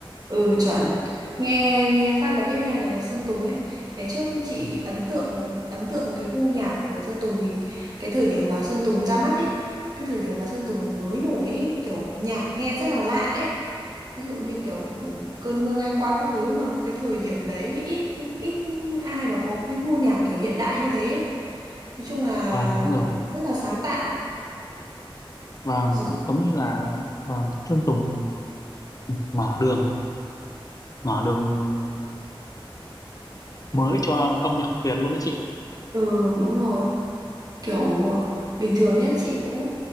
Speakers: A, on the right (about 45°); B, on the left (about 40°).
A: Ừ chuẩn nghe nghe phát là biết ngay là nhạc Sơn Tùng ấy ngày trước chị
B: Ừ,
A: ấn tượng ấn tượng cái gu nhạc của Sơn Tùng vì cái thời điểm mà Sơn Tùng ra mắt ấy cái thời điểm mà Sơn Tùng mới nổi ấy, kiểu nhạc nghe rất là lạ ấy ví dụ như kiểu cơn mưa ngang qua các thứ mà cái thời điểm đấy ít ít ai mà có cái gu nhạc kiểu hiện đại như thế ấy. nói chung là
B: vâng đúng rồi
A: rất là sáng tạo
B: vâng
A: Giỏi.
B: giống như là vâng Sơn Tùng mở đường mở đường mới cho âm nhạc Việt luôn đó chị
A: ừ đúng rồi Kiểu bình thường nhá chị cũng